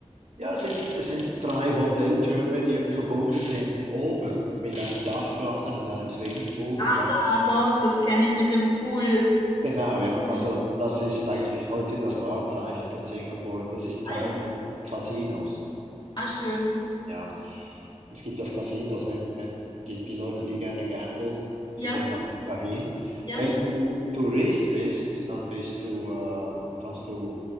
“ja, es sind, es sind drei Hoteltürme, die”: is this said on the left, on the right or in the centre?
Right